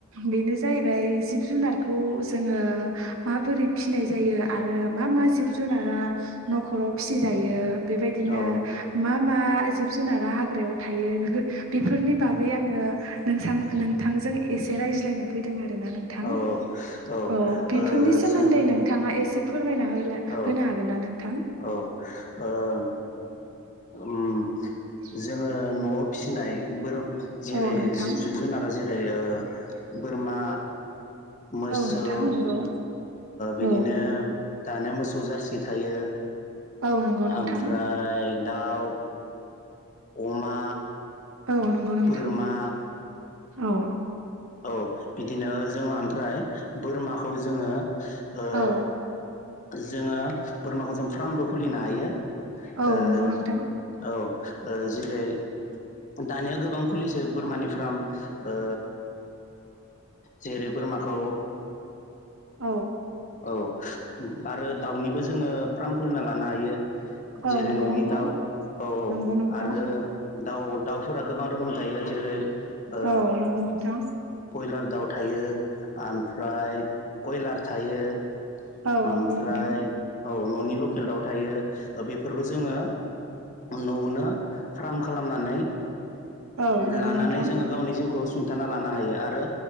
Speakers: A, on the right; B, on the left.
A: बेनो जाहैबाय जिब जुनारखौ जोङो माबोरै फिसिनाय जायो आरो मा मा जिब जुनार जुनारा न'खराव फिसिजायो। बेबायदिनो
B: औ
A: मा मा जिब जुनारा हाग्रायाव थायो। बिफोर बेफोरनि बागै नोंथांजों एसे रायज्लायनो फैदों आरो। नोंथां
B: औ ओ
A: औ बेनि सोमोन्दै
B: जों
A: नोंथाङा फोरमायना होनो
B: औ
A: हागोन ना नोंथां?
B: औ ओ उम
A: <unintelligible>
B: जोङो न'आव फिसिनाय बोर जेरै
A: औ नोंथां
B: जिब जुनारा जेरै ओ बोरमा मोसौ
A: औ नोंथां नंगौ
B: बिदिनो
A: औ
B: दानिया मोसौ जारसि थायो।
A: औ नंगौ नोंथां
B: ओमफ्राय दाउ अमा
A: औ नंगौ नोंथां
B: बोरमा
A: औ
B: औ बिदिनो जों ओमफ्राय बोरमाखौ जोङो ओ
A: औ
B: जोङो बोरमाखौ जों फ्रामबो खुलिनो हायो। ओ
A: औ नंगौ नोंथां
B: औ ओ जेरै दानिया गोबां खुलिसै बोरमानि फ्राम ओ जेरै बोरमाखौ
A: औ
B: औ आरो दाउनिबो जोङो फ्राम खुलिना लानो हायो।
A: औ
B: जेरै
A: नंगौ
B: न'नि
A: नोंथां
B: दाउ औ औ
A: नंगौ नोंथां
B: आरो दाउ दाउफोरा गोबां रोखोमनि थायो। जेरै ओ
A: औ नंगौ नोंथां
B: बयलार दाउ थायो, आमफ्राय कयलार थायो
A: औ
B: ओमफ्राय
A: नंगौ नोंथां
B: औ न'नि लकेल दाउ थायो बेफोरखौ जोङो नौनो फ्राम खालामनानै
A: औ नंगौ
B: लानानै
A: नोंथां
B: जोङो गावनि जिउखौ सुंथाना लानो हायो आरो।